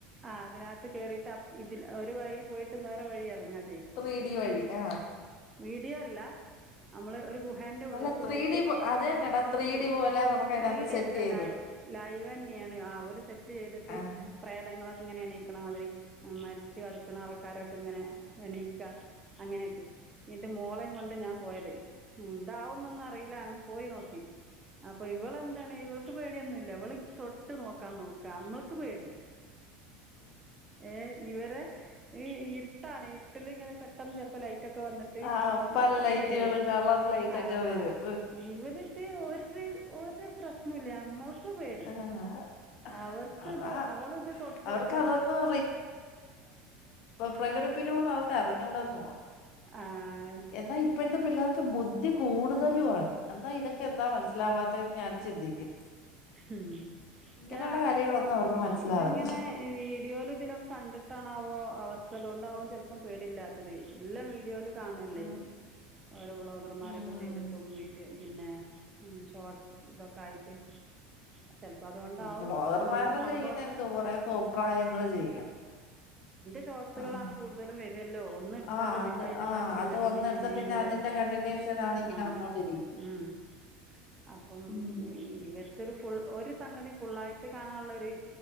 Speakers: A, on the right (about 25°); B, on the left (about 60°).
A: ആഹ് അതിനത്ത് കേറിട്ട് അപ് ഇതിൽ ഒരു വഴി പോയിട്ട് വേറെ വഴി എറങ്ങാ
B: പ്രീതി വഴി ആഹ്.
A: വീഡിയോ അല്ല. നമ്മള് ഒരു ഗുഹേന്റെ ഉള്ളിക്ക്
B: അല്ല ത്രീ
A: കേറിട്ട്
B: ഡി അത് തന്നെടാ
A: ത്രീ
B: ഡി പോലെ നമുക്ക് അതിനകത്ത്
A: ത്രീഡി
B: സെറ്റ്
A: അല്ല
B: ചെയ്ത്
A: ലൈ ലൈവന്നെയാണ് ആ ഒല് സെറ്റ് ചെയ്തിട്ട്
B: ആണ്
A: പ്രേതങ്ങള ഇങ്ങനെയാണീക്കണ മാതിരി അമ്മാ ച്ച് കടക്കുന്ന ആൾക്കാരൊക്കെ ഇങ്ങനെ എണിക്ക അങ്ങനെയൊക്കെ ഇന്റെ മോളെ കൊണ്ട് ഞാൻ പോയത് എന്താവുന്നൊന്നും അറിയില്ല അന്ന് പോയി നോക്കി. അപ്പൊ ഇവളെന്താണ് ഇവൾക്ക് പേടിയൊന്നുംല്ല. ഇവള് തൊട്ട് നോക്കാം നോക്കാ നമ്മൾക്ക് പേടി. ഏ ഇവരെ ഈ ഇ ഇട്ടാണ് ഇരിട്ടിലിങ്ങനെ പെട്ടെന്ന് ചെലപ്പോ ലൈ റ്റൊക്കെ വന്നിട്ട്
B: ആഹ് പല
A: ഇങ്ങോട്ട്
B: ലൈറ്റുകളും
A: വരും
B: കളർ ലൈറ്റ്
A: ആ
B: ഒക്കെ
A: അപ്പ
B: വരും
A: ഇവര് ഒര് ഒര് പ്രശ്ന ഇല്ല ഞമ്മൾ ക്ക് പേടി
B: ആഹ്
A: അവർക്ക്
B: അതാ
A: ഇത് അവള്ത് തൊട്ടോക്ക
B: അവർക്ക് അതൊന്നും പ്രകടിപ്പിക്കണോന്ന് അവർക്ക് അറിഞ്ഞുടന്ന് തോന്നണ്.
A: ആഹ്.
B: എന്നാ ഇപ്പോഴത്തെ പിള്ളേർക്ക് ബുദ്ധി കൂടുതലു ആണ്. എന്നാ ഇതൊക്കെ എന്താ മനസ്സിലാവാതെന്ന് ഞാന് ചിന്തിക്കും.
A: ഉം പക്ഷെ
B: ഇങ്ങനെയുള്ള
A: അത്
B: കാര്യങ്ങളൊന്നും അവർക്ക് മനസ്സിലാവത്തില്ല
A: ഇതിങ്ങനെ വീഡിയോൽ ഇതിലൊക്കെ കണ്ട് ണോ അവർക്കതണ്ടാവും ചെലപ്പം പേടില്ലാത്തത് എല്ലാ വീഡിയോയിലും കാണല്ലേ
B: ഉം
A: ഓരോ വ്ളോഗർമാരൊക്കെ
B: ഉം
A: ചെയ്തിട്ടും മീഡിയ പിന്നെ ഷോട്ട് ഇതൊക്കെ ആയിട്ട് ചിലപ്പോൾ അതുകൊണ്ടാവും
B: വ്ലോഗർമാരു
A: ഇത് സംഭവം
B: ചെയ്യുന്ന എന്ത്‌ കുറെേ കോപ്രായങ്ങള് ചെയ്യുന്നു
A: ഷോട്സ്കൾ
B: ആഹ്
A: ആണ് കൂടുതലും വരുവല്ലോ ഒന്ന് എടുത്താൽ
B: ആഹ് അത്
A: പിന്നെ അയിന്റെ
B: ആഹ്
A: ബാക്കിയല്ലേ
B: അത്
A: പിന്നെയും
B: ഒന്നെടുത്ത
A: പിന്നെയും
B: പിന്നെ
A: ഇങ്ങനെ
B: അതിന്റെ
A: വരുക
B: കണ്ടിന്യൂഷൻ ആണ് ഇങ്ങനെ
A: ആഹ്
B: വന്നോണ്ടിരിക്കുന്നത്
A: ഉം അപ്പോം
B: ഉം
A: - ഒരു ഫുൾ ഒരു സംഗതി ഫുള്ളായിട്ട് കാണാനുള്ള ഒരു